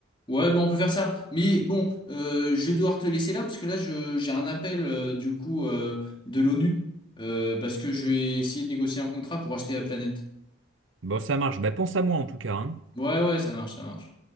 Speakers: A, on the left; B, on the right.
A: Ouais, bon, on peut faire ça. Mais bon, euh, je vais devoir te laisser là, parce que là, je, j'ai un appel, euh, du coup, euh, de l'ONU, euh, parce que je vais essayer de négocier un contrat pour acheter la planète.
B: Bon, ça marche. Bah pense à moi en tout cas, hein.
A: Ouais, ouais, ça marche, ça marche.